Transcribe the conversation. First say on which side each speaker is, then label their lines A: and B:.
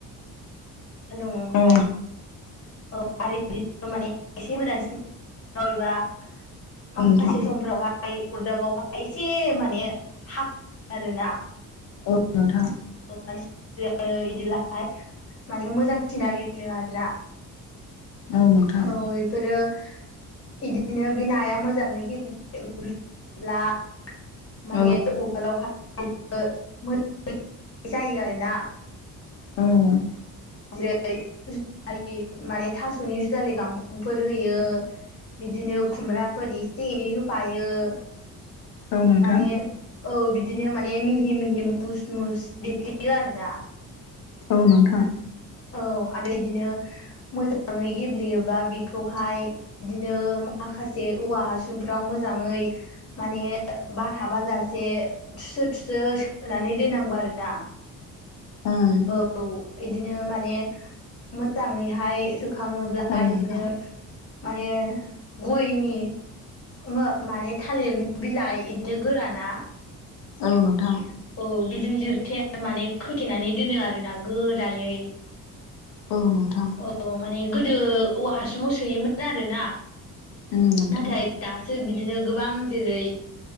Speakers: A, on the left; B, on the left.
A: सानदुंआवहाय
B: औ
A: <unintelligible> माखासे
B: नोंथां
A: समफ्रावहाय अरदाबावहाय एसे माने हांओ आरोना।
B: औ नोंथां।
A: <unintelligible> इदिब्लाहाय माने मोजांसिन जायोनो आरोना।
B: औ नोंथां
A: औ एफोरो इदिनो बे नाया मोजाङै <unintelligible> माने
B: औ
A: <unintelligible> जायो आरोना।
B: ओम
A: जेरै- जुजालि माने थास'नि जुजालि गांखंफोर होयो। बिदिनो खुमब्राफोर एसे एनै होफायो माने
B: औ नोंथां
A: औ बिदिनो माने मिहि मिहि मुस मुस देफ्लेयो आरोना।
B: औ नोंथां
A: औ आरो इदिनो मोजाङै गेब्लेयोबा बेखौहाय इदिनो माखासे औवा हासुंफ्राव मोजाङै माने बार हाबाजासे थुसो थुसो सोनानै दोननांगौ आरोना।
B: ओम।
A: औ इदिनो माने मोजाङैहाय खाङोब्ला
B: ओं औ नोंथां
A: बिदिनो माने गयनि ओहो माने थालिर बिलाइ बिदिनो गोराना
B: औ नोंथां।
A: औ बेजों लिरथे माने खोथेनानै दोनो आरो ना गोरायै।
B: औ नोंथां।
A: औ माने गोदो औवा हासुङाव सोयोमोन आरोना
B: औ
A: नाथाय
B: नोंथां
A: दा सो बिदिनो गोबां जेरै